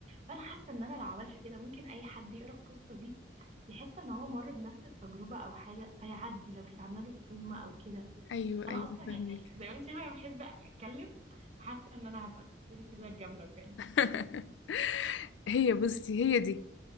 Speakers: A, on the right; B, on the left.
A: فانا حاسه ان انا لو عملت كده ممكن اي حد يقرا القصه دي يحس ان هو مر بنفس التجربه او حاجه فيعدي لو كانت عامله له تروما او كده
B: ايوه
A: انا
B: ايوه
A: اصلا يعني
B: فهمك
A: زي ما انت شايفه أنا بحب اتكلم حاسه ان انا هبقى ستوري تيلر جامده بجد
B: <laughs> هي بصي هي دي